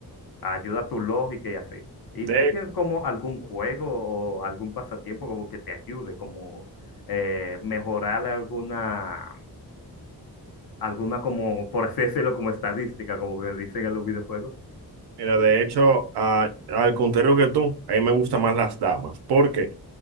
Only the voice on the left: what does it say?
ayuda a tu lógica y así. ¿Y
tú tienes como algún juego o algún pasatiempo como que te ayude, como eh, mejorar alguna, alguna como, por así decirlo, como estadística, como que dicen en los videojuegos?